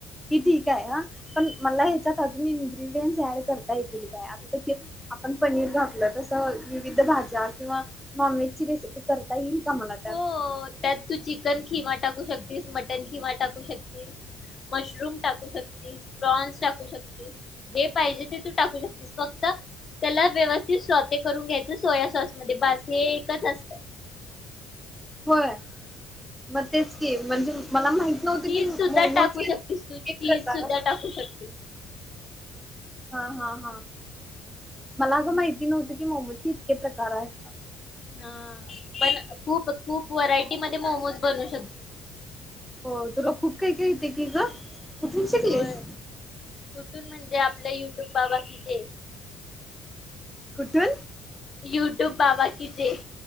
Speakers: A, in the centre; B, on the left (about 35°).
A: ती ठीक हाय हा. पण मला ह्याच्यात अजून इंग्रिडियन्स ॲड करता येतील काय? आता ते के आपण पनीर घातलं तसं विविध भाज्या किंवा नॉनव्हेज ची रेसिपी करता येईल का मला त्यात?
B: हो त्यात तू चिकन खिमा टाकू शकतीस, मटण खिमा टाकू शकतीस. मशरूम टाकू शकतीस, प्रॉन्स टाकू शकतीस. जे पाहिजे ते तू टाकू शकतीस, फक्त त्याला व्यवस्थित <unintelligible> करून घ्यायचं सोया सॉस मध्ये बाकी हे एकच असतं.
A: होय, मग तेच की म्हणजे मला माहित नव्हत
B: चीज
A: की
B: सुद्धा
A: मोमोचे
B: टाकू शकतीस
A: <unintelligible> तेच
B: तू चीज
A: प्रकार
B: सुद्धा
A: असत्यात
B: टाकू शकतीस
A: हा हा हा मला अगं माहिती नव्हतं की मोमचे इतके प्रकार असतात.
B: हा पण खुप खूप व्हरायटी मध्ये मोमोज बनू शकत
A: हो तुला खूप काही काही येतय की ग. कुठून शिकलीस?
B: होय, कुठून म्हणजे आपलं युट्यूब बाबाकी जय.
A: कुठून?
B: युट्यूब बाबा कि जय!